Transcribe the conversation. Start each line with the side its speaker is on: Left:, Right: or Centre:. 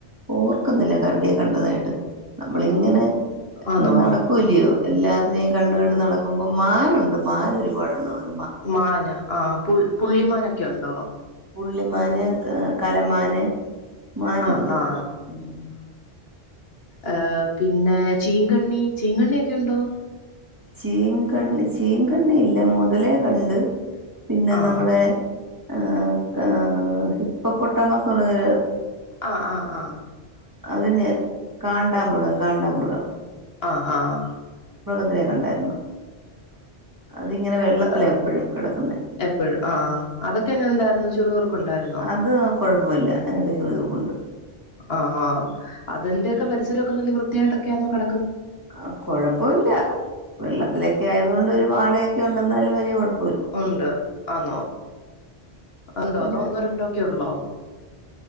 Right: ഓർക്കുന്നില്ല കരുടിയെ കണ്ടതായിട്ട് നമ്മളിങ്ങനെ
Left: ആന്നോ
Right: നടക്കൂലയോ എല്ലാത്തിനേും കണ്ട കണ്ട് നടക്കുമ്പോ മാനുണ്ട് മാന് ഒരു പാടാണ്ണമുണ്ട്
Left: മാൻ ആ പുള്ളിമാനൊക്കെ ഉണ്ടോ
Right: പുള്ളിമാന് കലമാന് മാനുണ്ട്
Left: ആ ആ
Right: ഉ
Left: ഏ പിന്നെ ചീങ്കണ്ണി ചീങ്കണ്ണി ഒക്കെ ഉണ്ടോ
Right: ചീങ്കണ്ണി ചീങ്കണ്ണി ഇല്ല മുതലേ കണ്ട് പിന്നെ
Left: ആഹ്
Right: നമ്മടെ ഏ ഏ ഹിപ്പപ്പൊട്ടാമസ് ന്ന് പറയ്ന്നൊരു
Left: ആ ആ ആ
Right: അതിന് കാണ്ടാമൃഗം കാണ്ടാമൃഗം
Left: ആ ആ
Right: അതിനെ കണ്ടായിരുന്നു അതിങ്ങനെ വെള്ളത്തില
Left: ഏഹ്
Right: എപ്പഴും കെടക്കുന്നേ
Left: എപ്പഴും ആ അതൊക്കെ എങ്ങനെ ഉണ്ടായിരുന്നു ചുറു ചുറുക്കു ണ്ടായിരുന്നോ
Right: അത് കുഴപ്പമില്ല അതിനൊക്കെ ചുറുചുറുക്കുണ്ട്
Left: ആ ആ അതിന്റൊക്കെ പരിസരൊക്കെ നല്ല വൃത്തിയായിട്ടൊക്കെയാണൊ കെട
Right: ആ കൊഴപ്പുല്ല വെള്ളത്തിലൊക്കായതോണ്ട് ഒരു വാടയൊക്കെ ഉണ്ടെന്നാലും വലിയ കൊഴപ്
Left: ഉണ്ട് ആന്നോ ഉണ്ടോ
Right: അവിടെ
Left: അതോ ഒന്നോ രണ്ടോ ക്കെ ഉള്ളോ